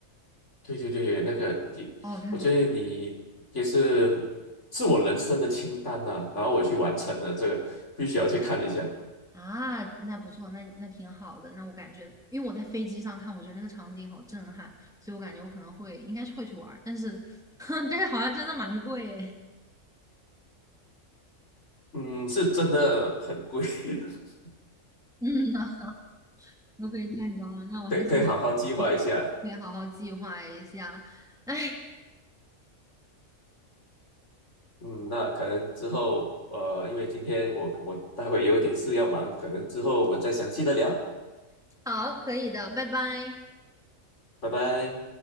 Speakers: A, on the left (about 60°); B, in the centre.
A: 对对对，那个你，
B: 好好看啊！
A: 我觉得你也是是我人生的清单呐、然后我去完成了这个，必须要去看一下。
B: 啊，那不错，那那挺好的。那我感觉，因为我在飞机上看，我觉得那个场景好震撼，所以我感觉我可能会，应该是会去玩儿，但是 <laughs> 但是好像真的蛮贵诶。
A: 嗯，是真的很贵，<laughs>
B: 嗯呐，<laughs> 消费太高了，那我还是
A: 可以可以好好计划一下。
B: 对对好好计划一下。哎，
A: 嗯，那可能之后，呃，因为今天我我待会有一点事要忙，可能之后我再详细的聊，
B: 好，可以的，拜拜。
A: 拜拜。